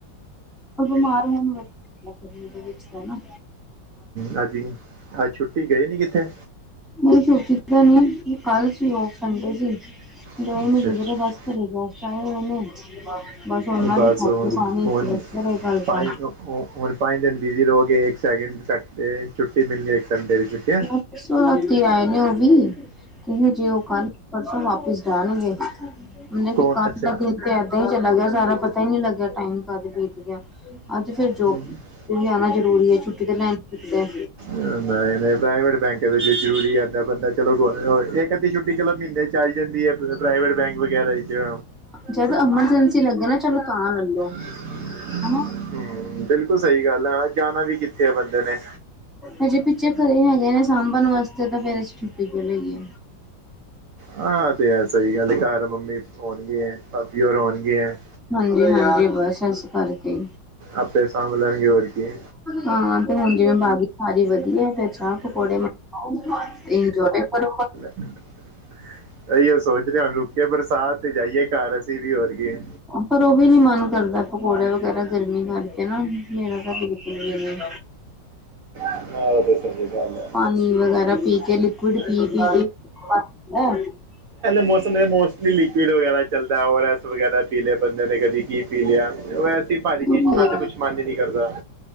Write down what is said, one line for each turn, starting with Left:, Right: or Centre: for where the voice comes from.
Centre: ਪਰ ਬਿਮਾਰ ਹੋਣ ਵਧੀਆ ਗਰਮੀ ਦੇ ਵਿੱਚ ਹਨਾ।
Right: ਹਾਂਜੀ, ਅੱਜ ਛੁੱਟੀ ਗਏ ਨੀ ਕਿੱਤੇ?
Centre: ਮੈਂ ਸੋਚੀ ਜਾਣੀਆ ਕਿ ਕੱਲ ਸੀ ਔਫ ਸੰਡੇ ਸੀ।
Right: ਅੱਛਾ
Centre: ਗਏ ਨੀ ਕਿੱਧਰੇ
Right: ਅੱਛਾ
Centre: ਬਸ ਘਰੇ ਗੈਸਟ ਆਏ ਹੋਏ ਨੇ ਬਸ ਉਹਨਾਂ
Right: ਬਸ
Centre: ਦੇ ਖਾ
Right: ਹੁਣ
Centre: ਪਾਣੀ
Right: ਹੁਣ
Centre: ਰਹੇ ਗੱਲ
Right: ਪੰਜ
Centre: ਤਾਂ
Right: ਹੁਣ ਪੰਜ ਦਿਨ ਬਿਜ਼ੀ ਰਹੋਗੇ ਇੱਕ ਸੈਕਿੰਡ ਸੈਟਡੇ ਛੁੱਟੀ ਮਿਲਣੀ ਇੱਕ ਕੰਡੇ ਦੀ ਛੁੱਟੀਆਂ,
Centre: ਪਰਸੋ ਰਾਤੀ ਆਏ ਨੇ ਉਹ ਵੀ, ਤੁ ਹਜੇ ਉਹ ਕੱਲ੍ਹ, ਪਰਸੋਂ ਵਾਪਿਸ ਜਾਣਗੇ, ਨਹੀਂ
Right: ਕੌਣ
Centre: ਕੱਲ੍ਹ
Right: ਅੱਛਾ
Centre: ਦਾ ਦਿਨ ਤੇ ਏਦਾਂ ਹੀ ਚਲਾ ਗਿਆ ਸਾਰਾ ਪਤਾ ਹੀ ਨੀ ਲੱਗਿਆ ਟਾਈਮ ਕਦ ਬੀਤ ਗਿਆ। ਅੱਜ ਫੇਰ
Right: ਨਹੀਂ
Centre: ਜੋਬ ਵੀ ਆਉਣਾ ਜ਼ਰੂਰੀ ਹੈ ਛੁੱਟੀ ਤੇ ਲੈ ਨੇ ਸਕਦੇ।
Right: ਨਹੀਂ -ਨਹੀਂ ਪ੍ਰਾਈਵੇਟ ਬੈਂਕ ਦੇ ਜ਼ਰੂਰੀ ਹੈ ਬੰਦਾ ਚਲੋ ਗ ਇੱਕ ਅੱਧੀ ਛੁੱਟੀ ਚਲੋ ਮਹੀਨੇ ਚ ਚਲ ਜਾਂਦੀ ਹੈ ਪ੍ਰਾਈਵੇਟ ਬੈਂਕ ਵਗੈਰਾ ਚ
Centre: ਜਦੋਂ ਐਮਰਜੈਂਸੀ ਲੱਗੇ ਨਾ ਚਲੋ ਤਾਂ ਲੈਲੋ
Right: ਹਮ ਬਿਲਕੁਲ
Centre: ਹਨਾ।
Right: ਬਿਲਕੁਲ ਸਹੀ ਗੱਲ ਹੈ, ਜਾਣਾ ਵੀ ਕਿੱਥੇ ਆ ਬੰਦੇ ਨੇ
Centre: ਹਜੇ ਪਿੱਛੇ ਘਰੇੇ ਹੈਗੇ ਨੇ ਸਾਂਭਣ ਵਾਸਤੇ ਤਾਂ ਫੇਰ ਅਸੀਂ ਛੁੱਟੀ ਕਿਉ ਲਈਏ
Right: ਹਾਂ, ਤੇ ਹੈ ਸਹੀ ਗੱਲ ਘਰ ਮੰਮੀ ਹੋਣਗੇ ਹੈ ਭਾਬੀ ਹੋਣਗੇ ਹੈ।
Centre: ਹਾਂਜੀ-ਹਾਂਜੀ, ਬਸ ਇਸ ਕਰਕੇ।
Right: ਆਪੇ ਸਾਮ ਲੈਣਗੇ ਹੋਰ ਕੀ।
Centre: ਹਾਂ ਤੇ ਹੁਣ ਜਿਵੇਂ ਬਾਰੀ ਸਾਰੀ ਵਧੀਆ ਫਿਰ ਚ ਪਕੌੜੇ ਬਣਾਓ ਇੰਜੋਏ ਕਰ
Right: ਅਹੀ ਸੋਚ ਰਹੇ ਰੁਕੇ ਬਰਸਾਤ ਤੇ ਜਾਈਏ ਘਰ ਅਸੀਂ ਵੀ ਹੋਰਗਏ
Centre: ਪਰ ਉਹ ਵੀ ਨੀ ਮਨ ਕਰਦਾ ਪਕੌੜੇ ਵਗੈਰਾ ਗਰਮੀ ਕਰਕੇ ਨਾ ਮੇਰਾ ਤਾਂ ਬਿਲਕੁਲ ਵੀ ਨੀ
Right: ਆਹੋ ਤੇ ਸਹੀ ਗੱਲ ਹੈ
Centre: ਹਨੀ ਵਗੈਰਾ ਪੀ ਕੇ ਲਿਕਵਿਡ ਪੀ ਪੀ ਕੇ ਹੈ
Right: ਮੌਸਮ ਮੋਸਟਲੀ ਲਿਕੁਿਡ ਵਗੈਰਾ ਚੱਲਦਾ ਓਰ ਐਸ ਵਗੈਰਾ ਪੀ ਲਏ ਬੰਦੇ ਨੇ ਕਦੀ ਕੀ ਪੀ ਲਿਆ, ਵੈਸੀੇ ਭਾਰੀ ਚੀਜ਼
Centre: ਵੀ
Right: ਖਾਣ
Centre: ਹੈ
Right: ਤੇ ਕੁੱਛ ਮਨ ਈ ਨੀ ਕਰਦਾ।